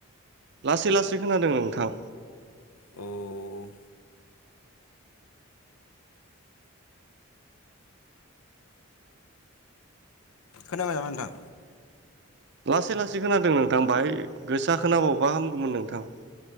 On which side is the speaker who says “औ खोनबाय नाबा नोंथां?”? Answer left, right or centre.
Left